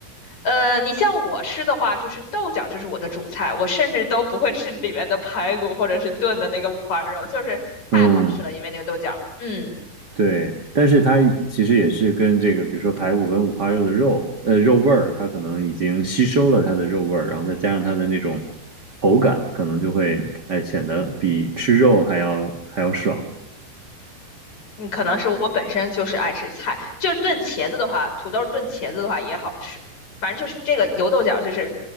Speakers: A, on the left (about 45°); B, on the right (about 65°).
A: 呃，你像我吃的话，就是豆角就是我的主菜，我甚至都不会吃里面的排骨或者是炖的那个五花肉，就是太好吃了，
B: 嗯
A: 因为那个豆角。嗯，
B: 对，但是它其实也是跟这个，比如说排骨跟五花肉的肉，呃，肉味儿，它可能已经吸收了它的肉味儿，然后再加上它的那种口感，可能就会，哎，显得比吃肉还要还要爽。
A: 嗯，可能是我本身就是爱吃菜，就炖茄子的话，土豆炖茄子的话也好吃，反正就是这个油豆角，就是